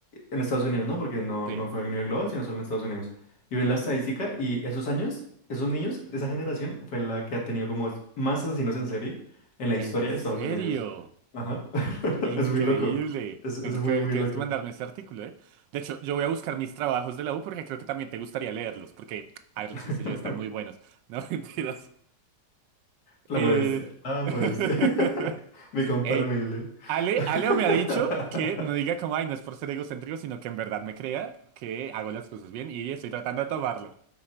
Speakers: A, on the left (about 65°); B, on the right (about 80°).
A: en Estados Unidos, ¿no? Porque no,
B: Sí.
A: no fue a nivel global, sino solo en Estados Unidos. Y ves la
B: Ujú.
A: estadística y esos años, esos niños, esa generación fue la que ha tenido como más asesinos en serie en la
B: ¿En
A: historia
B: serio?
A: de Estados Unidos. Ajá. <laughs>
B: Increíble.
A: Es muy loco. Es, es
B: Tengo
A: muy,
B: que ver,
A: muy
B: tienes
A: loco.
B: que mandarme ese artículo, ¿eh? De hecho, yo voy a buscar mis trabajos de la U porque creo que también te gustaría leerlos, porque, a
A: <laughs>
B: ver, los hice yo, están muy buenos. No, <laughs> mentiras.
A: La
B: Eh...
A: modestia. La
B: <laughs>
A: modestia. <laughs> Mi compa
B: Ey,
A: el humilde.
B: Ale,
A: <laughs>
B: Aleo me ha dicho que no diga como, ay, no es por ser egocéntrico, sino que en verdad me crea que hago las cosas bien y estoy tratando de tomarlo.